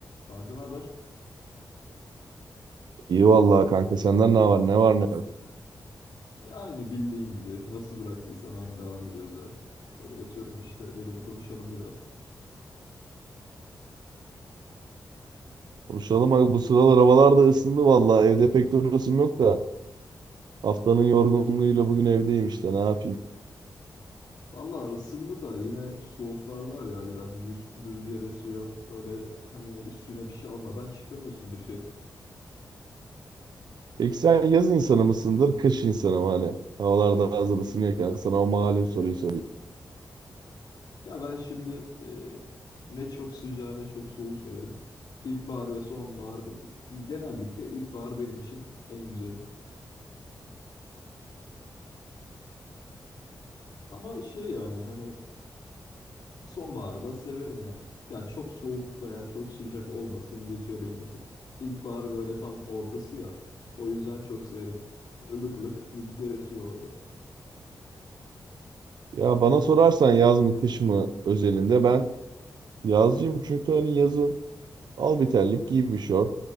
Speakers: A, on the left (about 70°); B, on the right (about 80°).
A: Kanka ne haber?
B: İyi vallahi kanka senden ne var ne var ne yok.
A: E, aynı bildiğin gibi. Nasıl bıraktıysan aynı devam ediyoruz ya. Öyle yatıyorum işte. Dedim konuşalım biraz.
B: Konuşalım abi bu sıralar havalar da ısındı vallahi evde pek durasım yok da haftanın yorgunluğuyla bugün evdeyim işte ne yapayım.
A: Valla ısındı da yine soğuklar var ya biraz rüz- rüzgar esiyor. Öyle hani üstüne bir şey almadan çıkamıyorsun dışarı.
B: Peki sen yaz insanı mısındır kış insanı mı hani havalarda hazır ısınıyorken sana o malum soruyu sorayım.
A: Ya ben şimdi e, ne çok sıcağı ne çok soğuğu severim. İlkbahar ve sonbahar be- genellikle ilkbahar benim için en güzeli. Ama şey yani hani Sonbaharı da severim yani. Ya çok soğuk veya çok sıcak olmasın yetiyor benim için. İlkbahar böyle tam ortası ya. O yüzden çok severim. Ilık ılık rüzgar esiyor orada.
B: Ya bana sorarsan yaz mı kış mı özelinde ben yazcıyım çünkü hani yazın al bir terlik giy bir şort